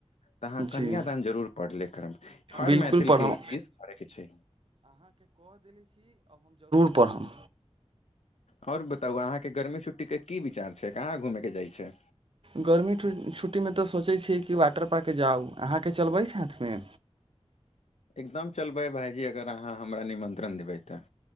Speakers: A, on the left; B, on the right.
A: तऽ अहाँ कन्यादान
B: जी
A: जरूर पढ़ ले करब हर
B: बिल्कुल
A: मैथिलके
B: पढ़ब
A: ई चीज करयके छै
B: पड़हब
A: आओर बताउ अहाँके गर्मी छुट्टी के की विचार छै कहाँ घूमे के जाइ छै
B: गर्मी छुट्टी मे त सोचे छिये कि वाटर पार्क के जाउ अहाँके चलबै साथ मे
A: एकदम चलबै भायजी अगर अहाँ हमरा निमन्त्रण देबै तऽ